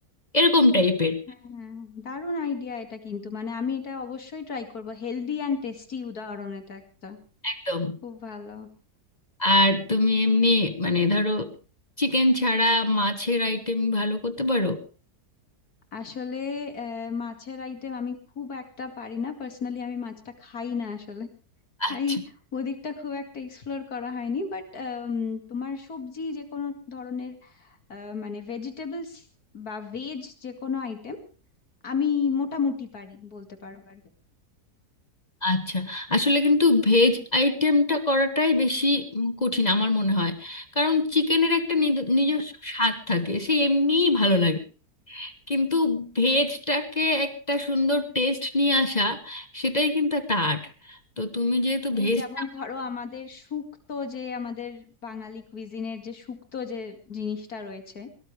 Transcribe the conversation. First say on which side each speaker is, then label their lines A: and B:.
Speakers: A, on the left; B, on the left.
A: এরকম টাইপের
B: হ্যাঁ দারুণ আইডিয়া এটা কিন্তু মানে আমি এটা অবশ্যই ট্রাই করব হেলদি অ্যান্ড টেস্টি উদাহরণ এটা একটা
A: একদম
B: খুব ভালো
A: আর তুমি এমনি মানে ধরো চিকেন ছাড়া মাছের আইটেম ভালো করতে পারো
B: আসলে আহ, মাছের আইটেম আমি খুব একটা পারি না পার্সোনালি আমি মাছটা খাই না আসলে তাই
A: আচ্ছা
B: ওদিকটা খুব একটা এক্সপ্লোর করা হয়নি বাট তোমার সবজি যে কোনো ধরনের আহ, মানে ভেজিটেবলস বা ভেজ যে কোনো আইটেম আমি মোটামুটি পারি বলতে পারো আর কি।
A: আচ্ছা আসলে কিন্তু ভেজ আইটেমটা করাটাই বেশি উম, কঠিন আমার মনে হয় কারণ চিকেনের একটা নিদ- নিজস্ব স্বাদ থাকে সে এমনিই ভালো লাগে কিন্তু ভেজটাকে একটা সুন্দর টেস্ট নিয়ে আসা সেটাই কিন্তু একটা আর্ট তো তুমি যেহেতু
B: মানে
A: ভেজটা
B: যেমন ধরো আমাদের শুক্তো যে আমাদের বাঙালি কুইজিনের যে শুক্তো যে জিনিসটা রয়েছে